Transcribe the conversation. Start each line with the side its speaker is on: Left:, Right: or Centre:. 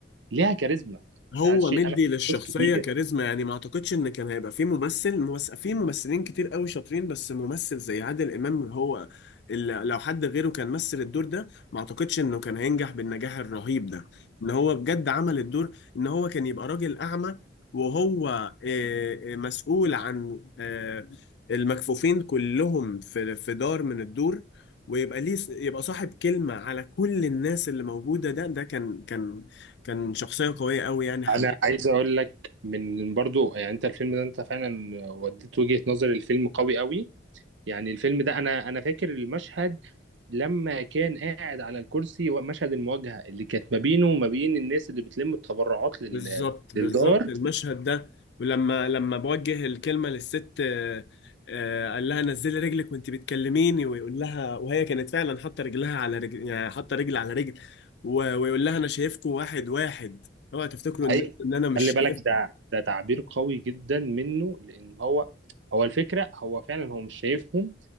Right: ليها كاريزما
Left: هو
Right: ده شيء
Left: مدي
Right: انا
Left: للشخصية
Right: مش كتير
Left: كاريزما يعني ما اعتقدش ان كان هيبقى في ممثل ممس... في ممثلين كتير قوي شاطرين بس ممثل زي عادل امام هو اللي لو حد غيره كان مثل الدور ده ما اعتقدش انه كان هينجح بالنجاح الرهيب ده ان هو بجد عمل الدور ان هو كان يبقى راجل اعمى وهو آه، آه، مسؤول عن آه، المكفوفين كلهم في في دار من الدور ويبقى ليه يبقى صاحب كلمة على كل الناس اللي موجودة ده ده كان كان كان شخصية قوية قوي يعني حبيت
Right: انا عايز اقول لك من برضو يعني انت الفيلم ده انت فعلا وديت وجهة نظر الفيلم قوي قوي يعني الفيلم ده انا انا فاكر المشهد لما كان قاعد على الكرسي ومشهد المواجهة اللي كانت ما بينه وما بين الناس اللي بتلم التبرعات لل...
Left: بالظبط
Right: للدار
Left: بالظبط المشهد ده ولما لما بوجه الكلمة للست آه، آه، قال لها نزلي رجلك وانت بتكلميني ويقول لها وهي كانت فعلا حاطة رجلها على رجل يعني حاطة رجل على رجل و- ويقول لها انا شايفكم واحد واحد اوعى تفتكروا ان
Right: اي
Left: ان انا مش
Right: خلي
Left: شايفكم
Right: بالك ده ده تعبير قوي جدا منه لان هو هو الفكرة هو فعلا هو مش شايفهم